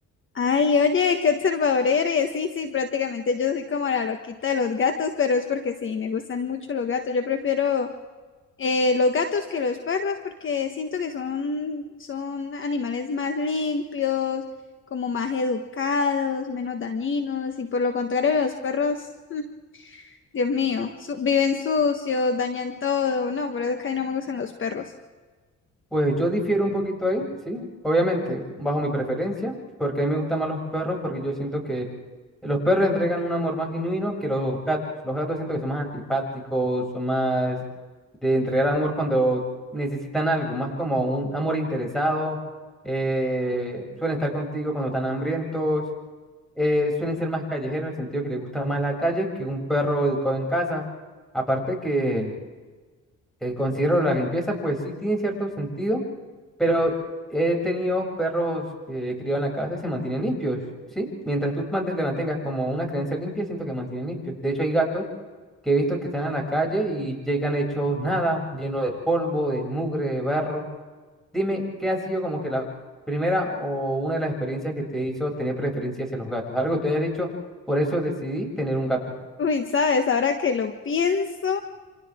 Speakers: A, on the left; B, in the centre.
A: Ay, oye, qué observador eres. Sí, sí, prácticamente yo soy como la loquita de los gatos, pero es porque sí, me gustan mucho los gatos. Yo prefiero eh, los gatos que los perros porque siento que son, son animales más limpios, como más educados, menos dañinos. Y por lo contrario, los perros, mm, Dios mío, su- viven sucios, dañan todo. No, por eso es que a mí no me gustan los perros.
B: Pues yo difiero un poquito ahí, sí, obviamente, bajo mi preferencia, porque a mí me gustan más los perros, porque yo siento que los perros entregan un amor más genuino que los gatos. Los gatos siento que son más antipáticos, son más de entregar amor cuando necesitan algo, más como un amor interesado, eh, suelen estar contigo cuando están hambrientos, eh, suelen ser más callejeros en el sentido que les gusta más la calle que un perro educado en casa. Aparte que eh, considero la limpieza, pues sí tiene cierto sentido, pero he tenido perros que he criado en la casa y se mantienen limpios, ¿sí? Mientras tú mante- le mantengas como una creencia limpia, siento que mantienen limpios. De hecho, hay gatos que he visto que están a la calle y llegan hechos nada, lleno de polvo, de mugre, de barro. Dime, ¿qué ha sido como que la primera o una de las experiencias que te hizo tener preferencia hacia los gatos? Algo que te haya dicho, por eso decidí tener un gato.
A: Uy, sabes, ahora que lo pienso.